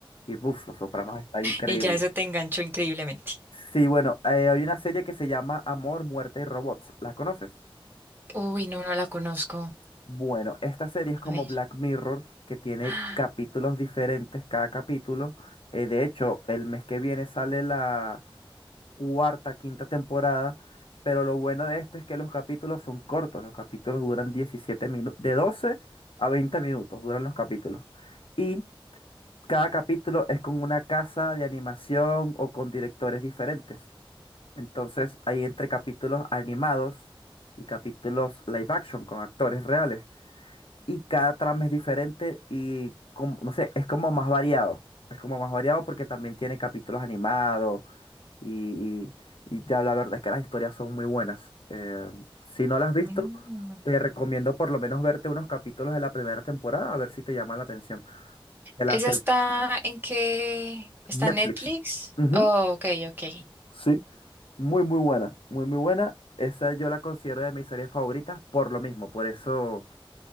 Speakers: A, on the left (about 70°); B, on the right (about 20°).
A: y buf, Los Sopranos está increíble.
B: y ya eso te enganchó increíblemente.
A: Sí, bueno, eh, hay una serie que se llama Amor, Muerte y Robots, ¿la conoces?
B: Uy, no, no la conozco.
A: Bueno, esta serie es como
B: A ver.
A: Black Mirror, que tiene
B: Ah,
A: capítulos diferentes cada capítulo. Eh, de hecho, el mes que viene sale la cuarta, quinta temporada, pero lo bueno de esto es que los capítulos son cortos, los capítulos duran 17 minutos, de 12 a 20 minutos duran los capítulos. Y cada capítulo es con una casa de animación o con directores diferentes. Entonces, hay entre capítulos animados y capítulos live action con actores reales y cada trama es diferente y como, no sé, es como más variado. Es como más variado porque también tiene capítulos animados y, y, y ya la verdad es que las historias son muy buenas. Eh, si no las has visto,
B: mm.
A: te recomiendo por lo menos verte unos capítulos de la primera temporada a ver si te llama la atención. De la
B: ¿Esa
A: se-
B: está en qué? ¿Está
A: Netflix.
B: en Netflix?
A: Ujú,
B: Oh, ok, ok.
A: sí, muy muy buena, muy muy buena. Esa yo la considero de mis series favoritas por lo mismo, por eso,